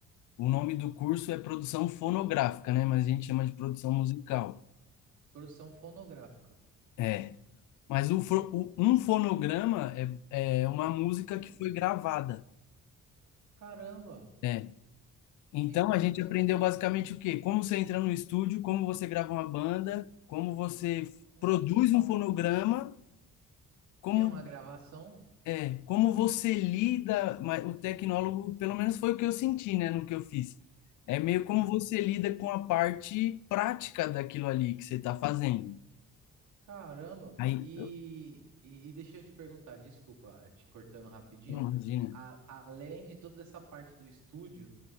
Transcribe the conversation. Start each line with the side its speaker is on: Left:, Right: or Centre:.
Left: o nome do curso é produção fonográfica, né? Mas a gente chama de produção musical.
Right: produção fonográfica.
Left: É. Mas o, fo- o- um fonograma é, é uma música
Right: Ah,
Left: que foi gravada.
Right: caramba.
Left: É. Então
Right: Então,
Left: a gente
Right: é,
Left: aprendeu basicamente o quê? Como você entra no estúdio, como você grava uma banda, como você
Right: hum,
Left: produz um fonograma, como
Right: que é uma gravação?
Left: É, como você lida, mas o tecnólogo, pelo menos foi o que eu senti, né, no que eu fiz. É meio como
Right: Hum.
Left: você lida com a parte prática daquilo ali que você está fazendo.
Right: Caramba!
Left: Aí,
Right: E, e, e deixa eu te perguntar, desculpa, eh, te cortando rapidinho.
Left: imagina,
Right: a- além de toda essa parte do estúdio,